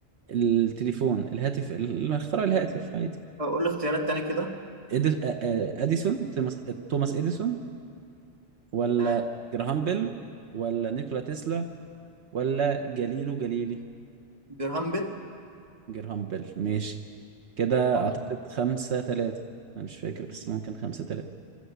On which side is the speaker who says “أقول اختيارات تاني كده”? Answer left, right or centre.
Right